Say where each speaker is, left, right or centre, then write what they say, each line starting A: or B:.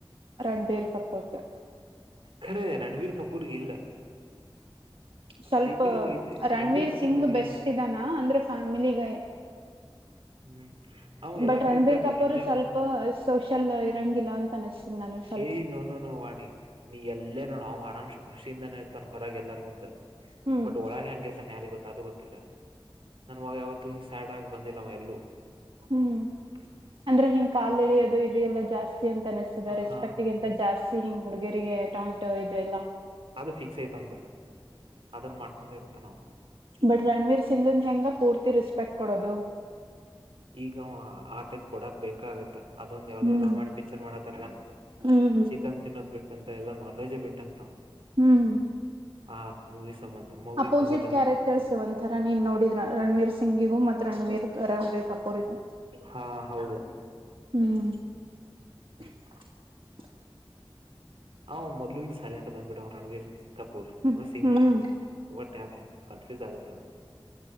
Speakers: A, on the right (about 70°); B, on the right (about 85°).
A: ರಂಡೇರು ಕಪೋಟ
B: ಖರೆೇ ರಣವೀರ್ ಕಪೂರ್ ಇಲ್ಲ
A: ಸ್ವಲ್ಪ
B: ದೀಪಿಗೆ ಐತೆ
A: ರಣವೀರ್
B: ರಣಬೀರ್ ಕಪೂರ್
A: ಸಿಂಗ್
B: ನೋಡಿದಿಲ್ಲ
A: ಬೆಸ್ಟ್ ಇದಾನ ಅಂದ್ರೆ ಫ್ಯಾಮಿಲಿಗ <inaudible>
B: ಹ್ಮ್ ಅವ ಎಲ್ಲಾ
A: ಬಟ್
B: ಕಡೆ
A: ರಣಬೀರ್
B: ಇದ್ದಾಗ
A: ಕಪೂರ್
B: ಎಂಜಾಯ್
A: ಸ್ವಲ್ಪ
B: ಮಾಡ್ಕೊಂತಿರ್ತಾನ
A: ಸೋಷಲ್ ಇರಂಗಿಲ್ಲ ಅಂತ ಅನಸ್ತನ ಅನಸ್ತ
B: ಏಯ್ ನೋನು ನೋವಾಣಿ ನೀ ಎಲ್ಲೇ ನೋ ನಾವು ಆರಾಮ ಂಷ ಖುಷಿಯಿಂದಾನೇ ಇರ್ತಾನನ್ ಹೊರಗೆ ಎಲ್ಲಾರ್ ಮುಂದ
A: ಹ್ಮ್
B: ಬಟ್ ಒಳಗೆ ಹಂಗ ಇರ್ತಾನ ಯಾರಿಗ ಗೊತ್ತ ಅದು ಗೊತ್ತಿಲ್ಲ ನನ್ ಮಾಗ ಯಾವತ್ತುೂ ಹ ಸ್ಯಾಡ್ ಆಗಿ ಬಂದಿಲ್ಲ ಅವ ಎಲ್ಲೂ
A: ಹ್ಮ್ ಅಂದ್ರೆ ಹಿಂಗ್ ಕಾಲ ಎಳೆಯ ಅೋದು ಇದು ಎಲ್ಲಾ ಜಾಸ್ತಿ ಅಂತ ತನಸುದ ರೆಸ್ಪೆಕ್ಟ್ಗಂತ
B: ಹಾ
A: ಜಾಸ್ತಿ ಹಿಂಗ್ ಹುಡುಗಿರಿಗೆ ಟಾಂಟು ಇದು ಇಲ್ಲ
B: ಅದು ಫಿಕ್ಸ್ ಐತಂದ ಅದನ್ ಮಾಡ್ಕೊಂತ ಇರತ್ತ ನಾವು
A: ಬಟ್ ರಣವೀರ್ ಸಿಂಗಂದ ಹೆಂಗ ಪೂರ್ತಿ ರೆಸ್ಪೆಕ್ಟ್ ಕೊಡೋದು
B: ಈಗ ಆ ಟೈಪ್ ಕೊಡಾಕ್ ಬೇಕ ಆಗತ್ತ ಅದೊಂದ್ ಯಾವ್ದೋ
A: ಹ್ಮ್
B: ರಾಮಾಯಣ ಪಿಕ್ಚರ್ ಮಾಡತ್ತಾರ
A: ಹ್ಮ್
B: ಚಿಕನ್ ತಿನ್ನೋದ್ ಬಿಟ್ಟ ಅಂತ ಎಲ್ಲ ನಾನ್ ವೆಜ ಬಿಟ್ಟಂತ
A: ಹ್ಮ್
B: ಆ ಮೂವಿ ಸಂಬಂಧ ಮೂವಿ
A: ಅಪೋಸಿಟ್
B: ಮುಗಿಯೋ ತನಕ
A: ಕ್ಯಾರೆಕ್ಟರ್ಸ್ ಒಂಥರ ನೀನ್ ನೋಡಿದ ರಣವೀರ್ ಸಿಂಗಿಗು ಮೆ ರ ಬೇರು ಇರಂಗ ತಪ್ಪ್ರಗದು
B: ಹಾ ಹೌದು
A: ಹ್ಮ್ ಹ
B: ಹ ಮೊದ್ಲಿಂದ ಸೈಲೆಂಟ್ ಅದ ಅಂದ್ಬಿಡ ರಣಬೀರ್ ಕಪೂರ್
A: ಹ್ಮ್
B: ಸಿಂಗ್
A: ಹ್ಮ್
B: ಒ ಾರ ಕನ್ಫ್ಯೂಸ್ ಆಗುತ್ತ